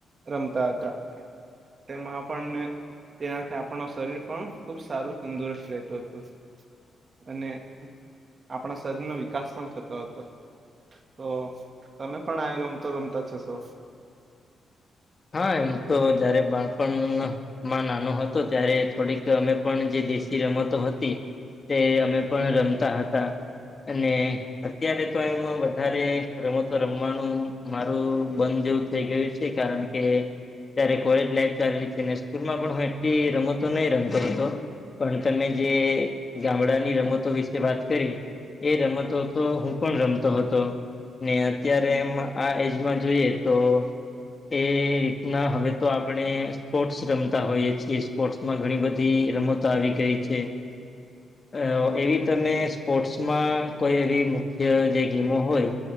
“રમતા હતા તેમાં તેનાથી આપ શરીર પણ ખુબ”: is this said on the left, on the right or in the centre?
Right